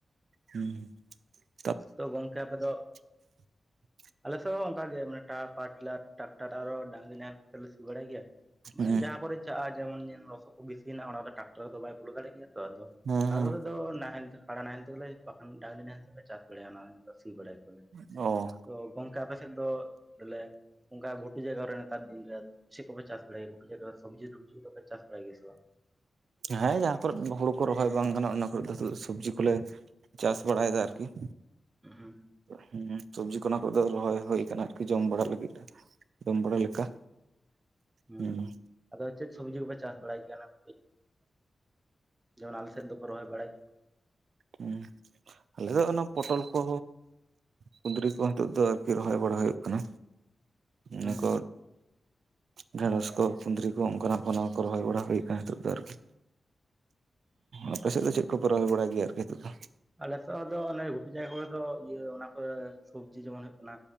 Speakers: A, on the right; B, on the right.
A: ᱦᱩᱸ ᱦᱩᱸ
B: ᱛᱚ ᱜᱚᱢᱠᱮ ᱟᱯᱮ ᱫᱚ
A: <inaudible>
B: ᱟᱞᱮᱥᱮᱫ ᱦᱚ ᱚᱝᱠᱟᱜᱮ ᱴᱟ ᱯᱟᱴᱞᱟᱨ ᱴᱟᱠᱴᱟᱴᱟᱨᱚᱰ ᱰᱟᱝᱨᱤ ᱱᱟᱦᱮᱞ ᱠᱚᱛᱮ ᱞᱮ ᱥᱤᱵᱟᱲᱟᱭ ᱜᱤᱭᱟ᱾ ᱢᱟᱱᱮ
A: ᱦᱮᱸ
B: ᱡᱟᱦᱟᱸ ᱠᱚᱨᱮ ᱪᱟᱜᱼᱟ ᱡᱮᱢᱚᱱ ᱫᱤᱱ ᱞᱚᱥᱚᱫ ᱠᱚ ᱵᱤᱥᱤᱭᱮᱱᱟ ᱚᱱᱟᱫᱚ ᱴᱟᱠᱴᱟᱨ ᱨᱮᱫᱚ ᱵᱟᱭ ᱵᱚᱞᱚ ᱫᱟᱲᱮᱜ ᱜᱮᱭᱟ ᱾ ᱛᱚ ᱟᱫᱚ
A: ᱦᱮᱸ
B: ᱚᱱᱟ ᱠᱚᱨᱮ ᱫᱚ ᱱᱟᱦᱮᱞ ᱛᱮ ᱠᱟᱲᱟ ᱱᱟᱦᱮᱞ ᱛᱮᱜᱮᱞᱮ ᱵᱟᱠᱷᱟᱱ ᱰᱟᱝᱨᱤ ᱱᱟᱦᱮᱞ ᱛᱮᱞᱮ ᱪᱟᱥ ᱵᱟᱲᱟᱭᱟ ᱚᱱᱟ᱾ ᱥᱤ ᱵᱟᱲᱟᱭ ᱠᱚ ᱨᱮ
A: ᱚ
B: ᱛᱚ ᱜᱚᱝᱠᱮ ᱟᱯᱮ ᱥᱮᱫ ᱫᱚ ᱵᱚᱞᱮ ᱚᱝᱠᱟ ᱜᱷᱩᱴᱩ ᱡᱟᱭᱜᱟ ᱨᱮ ᱱᱮᱛᱟᱨ ᱫᱤᱱ ᱨᱮ ᱪᱮᱜ ᱠᱚ ᱯᱮ ᱪᱟᱥ ᱵᱟᱲᱟᱭ ᱜᱮ ᱜᱷᱩᱴᱩ ᱡᱟᱭᱜᱟ ᱨᱮ ᱥᱚᱵᱡᱤ ᱴᱚᱵᱡᱤ ᱫᱚ ᱯᱮ ᱪᱟᱥ ᱵᱟᱲᱟᱭ ᱜᱮᱭᱟ ᱵᱟᱝ?
A: ᱦᱮᱸ ᱡᱟᱦᱟᱸ ᱠᱚᱨᱮᱫ ᱦᱩᱲᱩ ᱠᱚ ᱨᱚᱦᱚᱭ ᱵᱟᱝ ᱜᱟᱱᱚᱜᱼᱟ ᱚᱱᱟ ᱠᱚᱨᱮ ᱫᱚ ᱥᱚᱵᱡᱤ ᱠᱚᱞᱮ ᱪᱟᱥ ᱵᱟᱲᱟᱭᱫᱟ ᱟᱨᱠᱤ᱾
B: <unintelligible>
A: ᱦᱩᱸ ᱥᱚᱵᱡᱤ ᱠᱚ ᱚᱱᱟ ᱠᱚ ᱫᱚ ᱨᱚᱦᱚᱭ ᱦᱳᱭ ᱠᱟᱱᱟ ᱟᱨᱠᱤ ᱡᱚᱢ ᱵᱟᱲᱟ ᱞᱟᱹᱜᱤᱫ ᱡᱚᱢ ᱵᱟᱲᱟ ᱞᱮᱠᱟ
B: ᱦᱩᱸ
A: ᱦᱮᱸ
B: ᱟᱫᱚ ᱪᱮᱜ ᱥᱚᱵᱽᱡᱤ ᱠᱚᱯᱮ ᱪᱟᱥ ᱵᱟᱲᱟᱭ <unintelligible> ᱡᱮᱢᱚᱱ ᱟᱞᱮ ᱥᱮᱫ ᱫᱚᱠᱚ ᱨᱚᱦᱚᱭ ᱵᱟᱲᱟᱭ
A: ᱦᱩᱸ ᱟᱞᱮ ᱫᱚ ᱚᱱᱟ ᱯᱚᱴᱚᱞ ᱠᱚ ᱠᱩᱫᱽᱨᱤ ᱠᱚ ᱱᱤᱛᱚᱜ ᱫᱚ ᱟᱨᱠᱤ ᱨᱚᱦᱚᱭ ᱵᱟᱲᱟ ᱦᱩᱭᱩᱜ ᱠᱟᱱᱟ
B: ᱦᱩᱸ
A: ᱱᱤ ᱠᱚ ᱰᱷᱮᱸᱲᱚᱥ ᱠᱚ ᱠᱩᱸᱫᱽᱨᱤ ᱠᱚ ᱚᱝᱠᱟᱱᱟᱜ ᱠᱚ ᱚᱱᱟ ᱠᱚ ᱨᱚᱦᱚᱭ ᱵᱟᱲᱟ ᱦᱳᱭ ᱠᱟᱱᱟ ᱦᱤᱛᱚᱜ ᱫᱚ ᱟᱨᱠᱤ ᱟᱯᱮ ᱥᱮᱫ ᱫᱚ ᱪᱮᱜ ᱠᱚᱯᱮ ᱨᱚᱦᱚᱭ ᱵᱟᱲᱟᱭ ᱜᱮᱭᱟ ᱟᱨᱠᱤ ᱦᱤᱛᱚᱜ ᱫᱚ ᱾
B: ᱟᱞᱮᱥᱚ ᱫᱚ ᱚᱱᱮ ᱜᱷᱩᱴᱩ ᱡᱟᱭᱜᱟ ᱠᱚᱨᱮ ᱫᱚ ᱤᱭᱟᱹ ᱚᱱᱟ ᱠᱚ ᱥᱚᱵᱡᱤ ᱡᱮᱢᱚᱱ ᱦᱩᱭᱩᱜ ᱠᱟᱱᱟ᱾